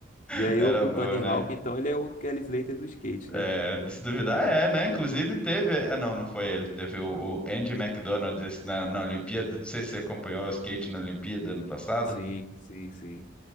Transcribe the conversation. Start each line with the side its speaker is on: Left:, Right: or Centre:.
Centre: <laughs>
Left: E aí
Centre: Era
Left: o, o
Centre: bom,
Left: Tony
Centre: né?
Left: Hawk, então, ele é o Kelly Slater do skate, né?
Centre: É, de se duvidar, é, né? Inclusive teve. Ah, não, não foi ele. Teve o, o Andy McDonald esse na, na Olimpíada. Não sei se você acompanhou o skate na Olimpíada ano passado.
Left: Sim, sim, sim.